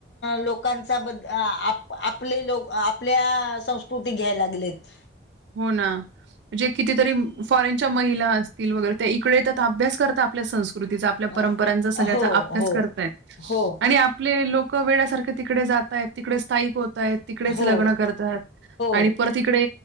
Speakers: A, on the left (about 70°); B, on the right (about 75°).
A: लोकांचा बद्दल आपले लोक आपल्या संस्कृती घ्यायला लागलेत
B: हो ना जे कितीतरी फॉरेनच्या महिला असतील वगैरे त्या इकडे येतात अभ्यास करतात आपल्या संस्कृतीचा आपल्या परंपरांचा
A: अ
B: सगळ्याचा
A: हो
B: अभ्यास
A: हो
B: करताय
A: हो
B: आणि आपले लोक वेळ्यासारखे तिकडे जात आहेत तिकडे स्थायिक होत आहेत तिकडेच
A: हो
B: लग्न करतात
A: हो
B: आणि परत इकडे